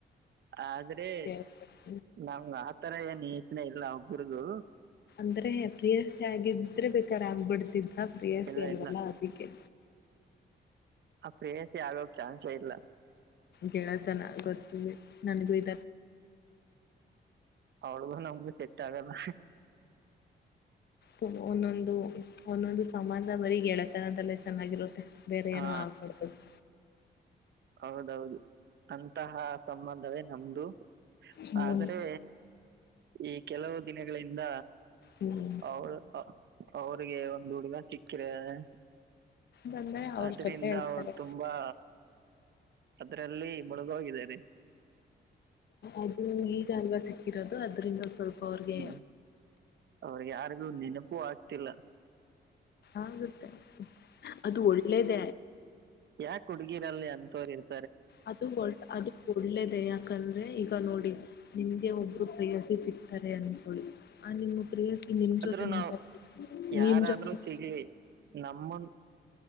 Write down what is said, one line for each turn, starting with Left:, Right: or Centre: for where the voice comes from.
Right: ಆದ್ರೆ
Left: ಹೇಳ್ಬೇಕು
Right: ನಮಗ ಆತರ ಏನು ಯೋಚನೆ ಇಲ್ಲ ಅವು ಕ್ರೋಧು
Left: ಅಂದ್ರೆ ಪ್ರಿಯಸಿ ಆಗಿದ್ರೆ ಬೇಕಾರ ಆಗ್ಬಿಡ್ತಿದ್ದ ಪ್ರಿಯಾಸಿ
Right: ಇಲ್ಲ
Left: ಅಲ್ವಲ್ಲ
Right: ಇಲ್ಲ
Left: ಅದಕ್ಕೆ
Right: ಆ ಪ್ರೇಯಸಿ ಆಗಕ್ ಚಾನ್ಸೇ ಇಲ್ಲ
Left: ಗೆಳತನ ಗೊತ್ತು ನನಗು ಇ
Right: ಅವಳ್ಗೂ ನಮಗೂ ಸೆಟ್ ಆಗಲ್ಲ.
Left: <unintelligible> ಒಂದೊಂದು ಒಂದೊಂದು ಸಂಬಂಧ ಬರಿ ಗೆಳೆತನದೆಲ್ಲ ಚೆನ್ನಾಗಿರುತ್ತೆ. ಬೇರೆ
Right: ಹಾ
Left: ಏನು ಆಗಬಾರದಂತ.
Right: ಹೌದೌದು ಅಂತಹ ಸಂಬಂಧವೇ ನಮ್ದು.
Left: ಹ್ಮ್
Right: ಆದರೆ ಈ ಕೆಲವು ದಿನಗಳಿಂದ.
Left: ಹ್ಮ್
Right: ಅವಳ್ ಅವ್ರಿಗೆ ಒಂದು ಹುಡ್ಗ ಸಿಕ್ಕಿದನೆ.
Left: ಬಂದ್ರೆ ಅವ್ರ
Right: ಅದ್ರಿಂದ
Left: ಜೊತೆ ಇರ್ತಾರೆ
Right: ಅವರು ತುಂಬಾ. ಅದ್ರಲ್ಲಿ ಮುಳುಗೋಗಿದಾರೆ.
Left: ಅದು ಈಗಲ್ವಾ ಸಿಕ್ಕಿರೋದು ಅದ್ರಿಂದ ಸ್ವಲ್ಪ ಅವ್ರಿಗೆ
Right: ಹ್ಮ್ ಅವ್ರಿಗೆ ಯಾರಿಗೂ ನೆನಪು ಆಗ್ತಿಲ್ಲ
Left: ಆಗತ್ತೆ ಅದು ಒಳ್ಳೇದ
Right: ಯಾಕ ಹುಡುಗಿರಲ್ಲಿ ಅಂತೋರು ಇರ್
Left: ಅದು ಒ ಅದು ಒಳ್ಳೇದ ಯಾಕಂದ್ರೆ ಈಗ ನೋಡಿ ನಿಮಗೆ ಒಬ್ಬರು ಪ್ರೆಯಸಿ ಸಿಗ್ತಾರೆ ಅಂದ್ಕೊಳ್ಳಿ ಆ ನಿಮ್ಮ ಪ್ರೇಯಸಿ ನಿಮ್
Right: ಆದ್ರೂ
Left: ಜೊತೆ
Right: ನಾವ್
Left: ಮಾತಾಡ್ಬೇಕು
Right: ಯಾರಾದ್ರೂ
Left: ನಿಮ್ ಜೊತೆ
Right: ಸಿಗ್ಲಿ ನಮ್ಮನ್